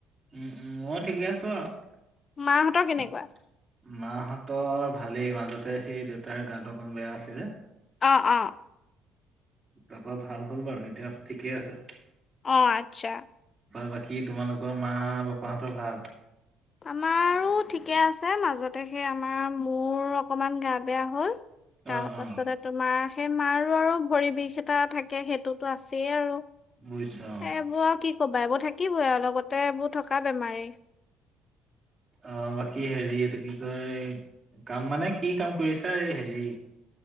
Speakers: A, on the right; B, on the left.
A: উম, উম, মই ঠিকে আছো আৰু
B: মাহঁতৰ কেনেকুৱা?
A: মাহঁতৰ ভালেই মাজতে সেই দেউতাৰ গাতো অকণ বেয়া আছিলে।
B: অ', অ',
A: তাৰ পৰা ভাল হ'ল বাৰু এতিয়া ঠিকেই আছে।
B: অ', আচ্ছা।
A: বাকী তোমালোকৰ মা পাপাহঁতৰ ভাল?
B: আমাৰো ঠিকে আছে মাজতে সেই আমাৰ মোৰ অকমান গা বেয়া হ'ল। তাৰ
A: অ',
B: পাছতে
A: অ',
B: তোমাৰ সেই মাৰো আৰু ভৰি বিষ এটা থাকে সেইটোতো আছেই আৰু।
A: বৈছা অ',
B: এইবোৰ আৰু কি ক'বা এইবোৰ থাকিবই আৰু লগতে এইবোৰ থকা বেমাৰেই।
A: অ', বাকী হেৰি এইটো কি কয় কাম মানে কি কাম কৰিছা এই হেৰি